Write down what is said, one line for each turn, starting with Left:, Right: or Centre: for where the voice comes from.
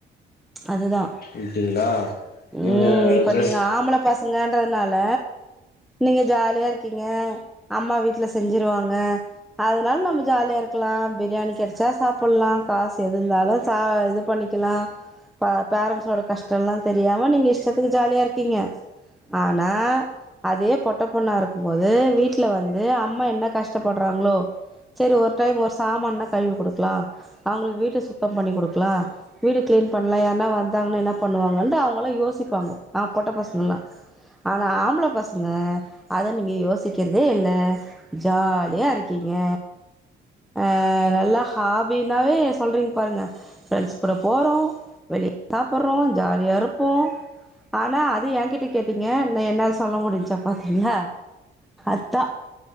Centre: அதுதா
Left: அப்டிங்களா
Centre: ம்
Left: நீங்க
Centre: இப்ப
Left: ட்ரெஸ்
Centre: நீங்க ஆம்பள பசங்கன்றனால நீங்க ஜாலியா இருக்கீங்க அம்மா வீட்ல செஞ்சிருவாங்க அதனால நம்ம ஜாலியா இருக்க பக்கலா பிரியாணி கடைச்சா சாப்பிடலா காசு எது இருந்தாலு சா இது பண்ணிக்கலா பா பேரண்ஸோட கஷ்டல்லா தெரியாம நீங்க இஷ்டத்துக்கு ஜாலியா இருக்கீங்க ஆனா அதே பொட்ட பொண்ணா இருக்கும்போது வீட்டல வந்து அம்மா என்ன கஷ்டப்படுறா ங்களோ சரி ஒரு டைம் ஒரு சாமான்னா கழுவி குடுக்கலா அவங்களுக்கு வீட்டு சுத் தம் பண்ணி குடுக்கலா வீடு கிளீன் பண்ணலா யார்னா வந்தாங்கன்ன என்ன பண்ணுவாங்க அவங்கள யோசிப்பாங்க நா பா பொட்ட பசங்களலா ஆனா ஆம்பளை பசங்க அத நீங்க யோசிக்கிறதே இல்ல ஜாலியா இருக்கீங் ங்க ஆ நல்லா ஹாபினாவே சொல்றீங் க பாருங்க ரெண்ட்ஸ் கூட போறோ வெளிய சாப்பறோ ஜாலியா இருப்போ ஆனா அது எங்கிட்ட கேட்டீங்க ந என்னால சொல்ல முடிஞ்சா பாத்தீங்களா அத்தா